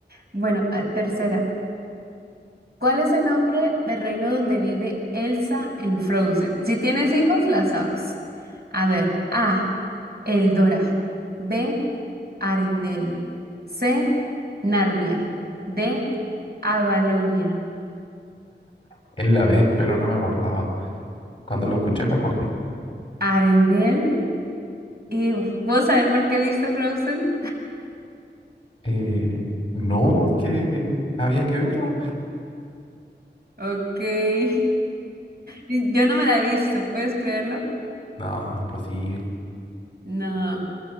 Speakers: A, on the right; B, on the left.
A: Bueno, ah, tercera. ¿Cuál es el nombre del reino donde vive Elsa en Frozen? Si tienes hijos, la sabes. A ver, A, Eldora. B, Arendelle. C, Narnia. D, Avalonia,
B: Es la B, pero no me acordaba. Cuando lo escuché me acordé.
A: Arendelle. ¿Y vos saber por qué viste Frozen?
B: Eh, no, porque había que verla.
A: Ok. <laughs> Yo no me la he visto, ¿puedes creerlo?
B: No, imposible.
A: No.